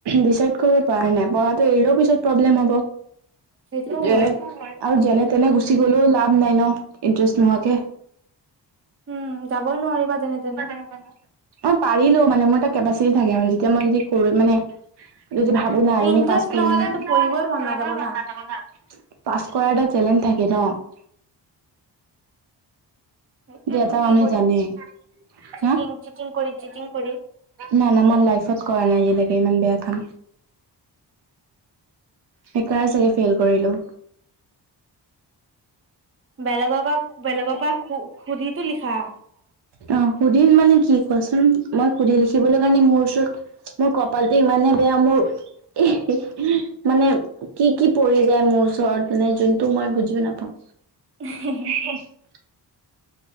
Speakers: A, on the right; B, on the right.
A: ডিচাইড কৰিব পৰা নাই। পঢ়া কৰিলেও পিছত প্ৰব্লেম হব।
B: সেইটোও হয়
A: আৰু যেনে তেনে গুচি গ'লেও লাভ নাই নাই, ইণ্টাৰেষ্ট নোহোৱাকে।
B: উম, যাবই নোৱাৰিবা যেনে তেনে।
A: অ <unintelligible> অ পাৰিলোও মানে মোৰ এটা কেপাচিটি থাকে মানে যেতিয়া মই যদি কৰো মানে এই যে ভাবো না
B: ইন্টাৰেষ্ট
A: পাছ কৰি।
B: নহলেতো
A: <unintelligible>
B: পঢ়িবই মন নাযাব না
A: পাছ কৰাৰ এটা চেলেঞ্জ থাকে ন-
B: সেইটো
A: যে এটা
B: টুকলি
A: মানুহে
B: কৰি
A: জানে হা
B: চিটিং চিটিং কৰি চিটিং কৰি।
A: নাই না মই লাইফত কৰা নাই আজিলৈকে ইমান বেয়া কাম। সেইকাৰণেই চাগে ফেল। কৰিলোঁ
B: বেলেগৰ পৰা বেলেগৰ পৰা সুধিটো লিখা।
A: অ সুধিম মানে কি কোৱাচোন মই সুধি লিখিবলৈ কাৰণে মোৰ ওচৰত মোৰ কপালটো ইমানে বেয়া মোৰ ইস্ হি মানে কি কি পৰি যায় মোৰ ওচৰত মানে যোনটো মই বুজিও নাপাওঁ।
B: হ <unintelligible>
A: হ <unintelligible>